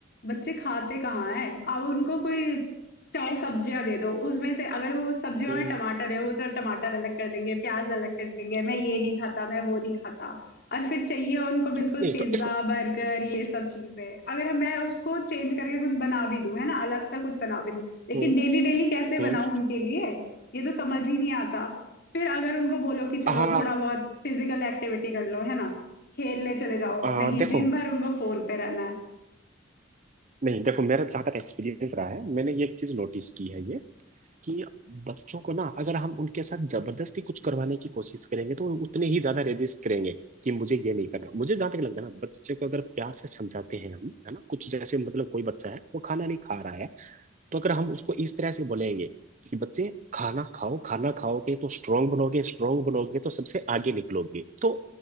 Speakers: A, on the left; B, on the right.
A: बच्चे खाते कहाँ हैं अब उनको कोई चार सब्जियां दे दो उसमें से अगर वो सब्जियों
B: हम्म।
A: में टमाटर है वो तो टमाटर अलग कर देंगे प्याज अलग कर देंगे मैं ये नहीं खाता मैं वो नहीं खाता और फिर चाहिए उनको बिल्कुल
B: नहीं
A: पिज्जा
B: तो इसको
A: बर्गर ये सब चीजें अगर हम मैं उसको चेंज करके कुछ बना भी दूं है ना अलग सा कुछ बना भी दूं लेकिन
B: हम्म
A: डेली डेली कैसे
B: हम्म
A: बनाऊं उनके लिए ये तो समझ ही नहीं आता फिर अगर उनको बोलो कि चलो
B: हाँ
A: थोड़ा बहुत फिजिकल एक्टिविटी कर लो है ना खेलने चले जाओ
B: हाँ,
A: नहीं
B: देखो
A: दिन भर उनको फोन पे रहना है
B: नहीं देखो मेरा ज्यादा एक्सपीरियंस रहा है मैंने ये एक चीज नोटिस की है ये कि बच्चों को ना अगर हम उनके साथ जबरदस्ती कुछ करवाने की कोशिश करेंगे तो वो उतने ही ज्यादा रेजिस्ट करेंगे कि मुझे ये नहीं करना मुझे जहां तक लगता है ना बच्चे को अगर प्यार से समझाते हैं हम है ना कुछ जैसे मतलब कोई बच्चा है वो खाना नहीं खा रहा है तो अगर हम उसको इस तरह से बोलेंगे कि बच्चे खाना खाओ खाना खाओगे तो स्ट्रांग बनोगे स्ट्रांग बनोगे तो सबसे आगे निकलोगे तो